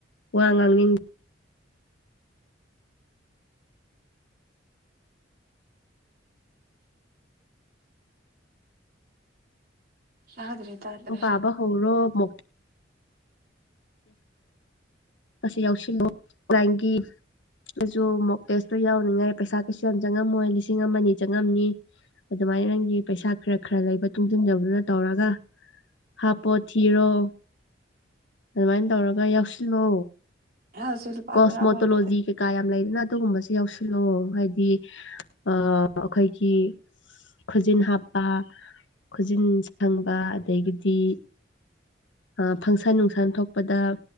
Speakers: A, on the left; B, on the right.
A: ꯋꯥ ꯉꯥꯡꯅꯤꯡ
B: ꯇꯥꯗ꯭ꯔꯦ ꯇꯥꯗ꯭ꯔꯦ
A: ꯄꯥꯕ ꯍꯧꯔꯣ ꯃꯣ ꯑꯁꯤ ꯌꯥꯎꯁꯤꯜꯂꯨ ꯂꯥꯏꯒꯤ ꯑꯩꯁꯨ ꯃꯣꯛꯇꯦꯁꯇꯣ ꯌꯥꯎꯅꯤꯡꯉꯥꯏ ꯄꯩꯁꯥ ꯀꯩꯁꯨ ꯌꯥꯝ ꯆꯪꯉꯝꯃꯣꯏ ꯂꯤꯁꯤꯡ ꯑꯃꯅꯤ ꯆꯪꯉꯝꯅꯤ ꯑꯗꯨꯃꯥꯏꯅ ꯅꯪꯒꯤ ꯄꯩꯁꯥ ꯈꯔ ꯈꯔ ꯂꯩꯕ ꯇꯨꯡꯁꯤꯟꯖꯕꯗꯨꯅ ꯇꯧꯔꯒ ꯍꯥꯞꯄꯣ ꯊꯤꯔꯣ ꯑꯗꯨꯃꯥꯏꯅ ꯇꯧꯔꯒ ꯌꯥꯎꯁꯤꯜꯂꯣ
B: ꯑꯩ ꯍꯧꯖꯤꯛ ꯂꯨꯄꯥ
A: ꯀꯣꯁꯃꯣꯇꯣꯂꯣꯖꯤ
B: ꯇꯔꯥꯐꯥꯎ ꯂꯩꯇ꯭ꯔꯦ
A: ꯀ ꯀꯌꯥꯝ ꯂꯩꯗꯅ ꯑꯗꯨꯒꯨꯝꯕꯁ ꯌꯥꯎꯁꯤꯜꯂꯑꯣ ꯍꯥꯏꯗꯤ ꯑ ꯑꯩꯈꯣꯏꯒꯤ ꯈꯨꯖꯤꯟ ꯍꯥꯞꯄ ꯈꯨꯖꯤꯟ ꯁꯪꯕ ꯑꯗꯒꯤꯗꯤ ꯑ ꯐꯪꯁꯟ ꯅꯨꯡꯁꯟ ꯊꯣꯛꯄꯗ